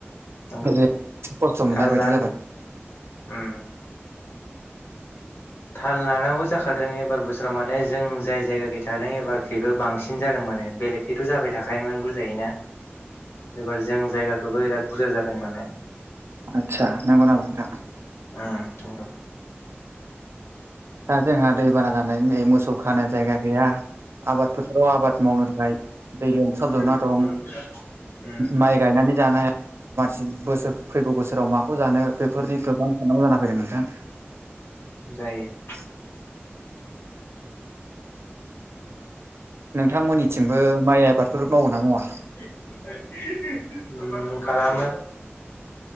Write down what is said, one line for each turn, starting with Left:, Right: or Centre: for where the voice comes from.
Left: नंगौ
Right: ओरै खस्थ' मोननाय
Left: थारला
Right: बायदि जाबाय
Left: ओम थाल लानांगौ जाखादों एबार बोसोराव माने जों जाय जायगाखै थादों एबारो बेबो बांसिन जादों माने बेलेगखैथ' जाबाय थाखायोमोन बुरजायोनो एबार जों जायगाखौबो बिराद बुरजा जादों माने।
Right: आतसा नांगौ नामा नोंथां।
Left: ओम।
Right: दा जोंहा दैबाना जानानै नै मोसौ खानो जायगा गैया आबाद फोथाराव आबाद मावनो थाखाय। दै लोमसाबजोबना
Left: <unintelligible>
Right: दं माइ गायनानै जानो हाया मानसि बोसोर फैगौ बोसोराव माखौबा जानो बेफोरनि गोबां साननांगौ जाना फैदों नोंथां।
Left: जायो।
Right: <inaudible> नोंथांमोननिथिंबो माइ आबादफोर मावो ना मावा?
Left: <unintelligible>